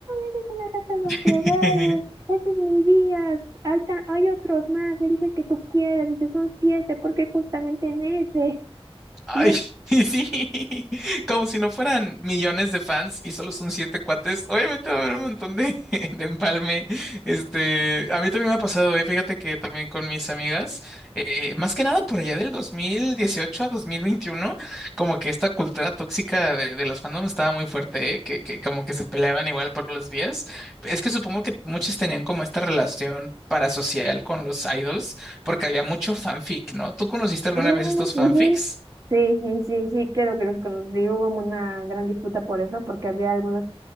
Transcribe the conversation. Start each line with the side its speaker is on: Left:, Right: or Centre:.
Right: eres una gata drogada,
Centre: <laughs>
Right: ese es mi día, hay, ta- hay otros más, elige el que tú quieras, dice, son siete, porque justamente en ese? <laughs>
Centre: Ay,
Right: Y
Centre: <laughs> sí, como si no fueran millones de fans y solo son siete cuates. Obviamente va a haber un montón de, <laughs> de empalme. Este, a mí también me ha pasado, eh. Fíjate que también con mis amigas, eh, más que nada por allá del 2018 a 2021, como que esta cultura tóxica de, de los fandoms estaba muy fuerte, eh, que, que como que se peleaban igual por los vías. Es que supongo que muchos tenían como esta relación parasocial con los idols, porque había mucho fanfic, ¿no? ¿Tú conociste alguna
Right: yo, "Ah,
Centre: vez estos
Right: ujú".
Centre: fanfics?
Right: Sí, sí, sí, sí, claro que los conocí. Hubo una gran disputa por eso, porque había algunos